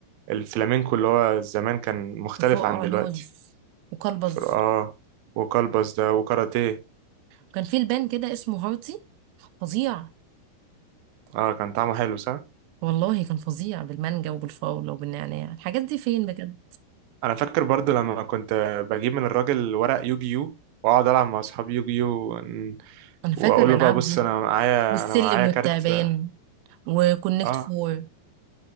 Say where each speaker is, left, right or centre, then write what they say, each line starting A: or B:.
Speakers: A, on the right; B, on the right.
A: الفلامينكو اللي هو زمان كان مختلف
B: وفوق
A: عن دلوقتي
B: لوز وكلبز
A: فر- اه وكلبس ده وكاراتيه
B: وكان في لبان كده اسمه هارتي فظيع
A: اه كان طعمه حلو صح
B: والله كان فظيع بالمانجا وبالفراوله وبالنعناع الحاجات دي فين بجد
A: انا فاكر برضو لما كنت بجيب من الراجل ورق يوجيو واقعد العب مع اصحابي يوجيو ون-
B: انا فاكره
A: واقول
B: الالعاب
A: له بقى بص
B: دي
A: انا معايا
B: والسلم
A: انا معايا كارت
B: والتعبان
A: اه
B: وكونكت
A: اه
B: فور